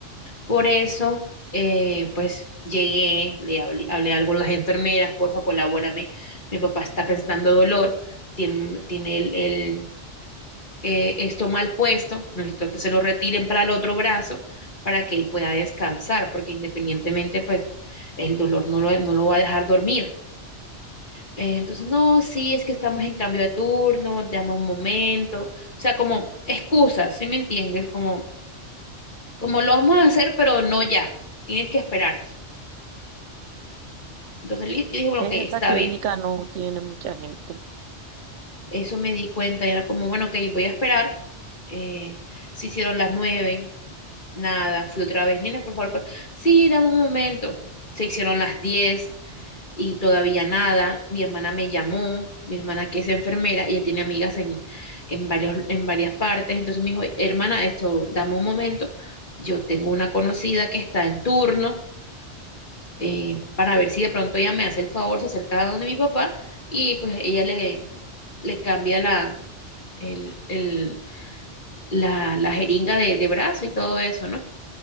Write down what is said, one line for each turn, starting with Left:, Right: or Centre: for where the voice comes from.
Left: Por eso, eh, pues llegué, le hablé, hablé algo con las enfermeras, porfa, colabórame, mi papá está presentando dolor, tiene, tiene el, el, eh, esto mal puesto, necesito que se lo retiren para el otro brazo para que él pueda descansar, porque independientemente, pues el dolor no lo, no lo va a dejar dormir. Eh, entonces, no, sí, es que estamos en cambio de turno, llama un momento, o sea, como excusas, ¿sí me entiendes? Como, como lo vamos a hacer, pero no ya, tienes que esperarte. Entonces, listo, yo dije, bueno,
Right: Que
Left: ok,
Right: en
Left: está
Right: esa clínica
Left: bien.
Right: no tiene mucha gente
Left: Eso me di cuenta, y era como, bueno, ok, voy a esperar. Eh, se hicieron las nueve, nada, fui otra vez, nene, por favor, por- sí, dame un momento. Se hicieron las diez, y todavía nada. Mi hermana me llamó, mi hermana que es enfermera, ella tiene amigas en, en varios, en varias partes, entonces me dijo, hermana, esto, dame un momento, yo tengo una conocida que está en turno. eh, para ver si de pronto ella me hace el favor, se acerca a donde mi papá y pues ella le, le cambia la, el, el- la, la jeringa de, de brazo y todo eso, ¿no?